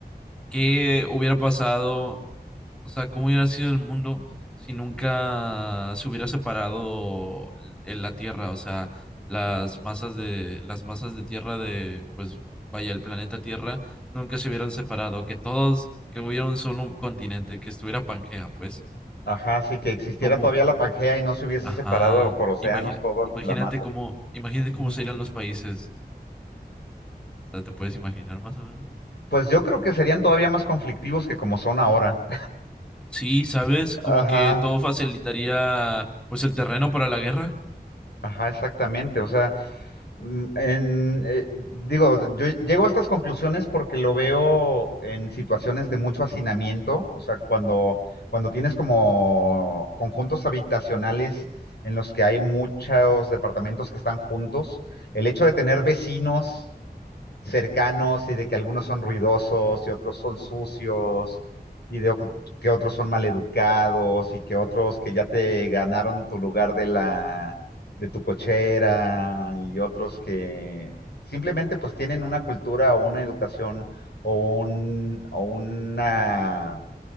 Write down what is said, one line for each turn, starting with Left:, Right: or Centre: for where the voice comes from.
Centre: ¿Qué hubiera pasado? O sea, ¿cómo hubiera sido el mundo si nunca se hubiera separado en la Tierra? O sea, las masas de, las masas de Tierra de, pues, vaya, el planeta Tierra nunca se hubieran separado, que todos, que hubiera un solo continente, que estuviera Pangea, pues,
Left: Ajá, sí, que existiera
Centre: como,
Left: todavía la Pangea y no se hubiese
Centre: ajá,
Left: separado por océanos
Centre: imagina-
Left: toda
Centre: imagínate
Left: la masa.
Centre: cómo, imagínate cómo
Left: Ujú.
Centre: serían los países. O sea, ¿te puedes imaginar más o menos?
Left: Pues yo creo que serían todavía más conflictivos que como son ahora.
Centre: Sí, ¿sabes? Como
Left: Ajá,
Centre: que todo facilitaría, pues, el terreno para la guerra.
Left: ajá, exactamente. O sea, Mm, en, eh, digo, yo llego a estas conclusiones porque lo veo en situaciones de mucho hacinamiento, o sea, cuando, cuando tienes como conjuntos habitacionales en los que hay muchos departamentos que están juntos, el hecho de tener vecinos cercanos y de que algunos son ruidosos y otros son sucios y de o- que otros son maleducados y que otros que ya te ganaron tu lugar de la de tu cochera y otros que simplemente pues tienen una cultura o una educación o un o una